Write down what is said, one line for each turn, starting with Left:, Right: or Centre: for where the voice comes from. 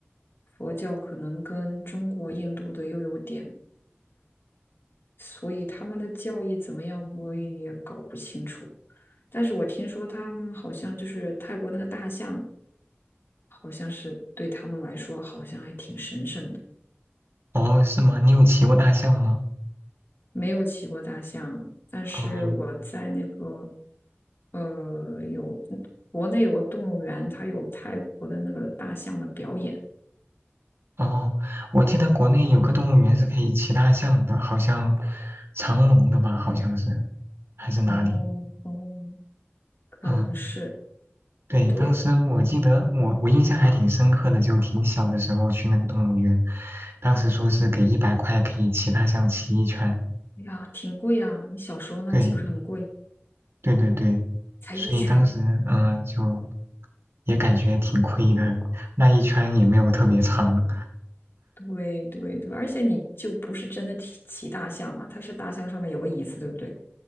Left: 佛教可能跟中国、印度的又有点，所以他们的教义怎么样，我也搞不清楚。但是我听说他们好像就是泰国那个大象，好像是对他们来说好像还挺神圣的。
Right: 哦，是吗？你有骑过大象吗？
Left: 没有骑过大象，但是我在那个
Right: 哦
Left: 呃有国内有个动物园，它有泰国的那个大象的表演，
Right: 哦，我记得国内有个动物园是可以骑大象的，好像长隆的吧，好像是，还是哪里？
Left: 哦哦，可能是
Right: 嗯，对，
Left: 对。
Right: 当时我记得我我印象还挺深刻的，就挺小的时候去那个动物园，当时说是给一百块可以骑大象骑一圈，
Left: 哎呀，挺贵啊！你小时候那岂不是很贵？
Right: 对对对对，
Left: 才一拳。
Right: 所以当时嗯、呃就也感觉挺亏的，那一圈也没有特别长，
Left: 对对对，而且你就不是真的骑骑大象嘛，它是大象上面有个椅子，对不对？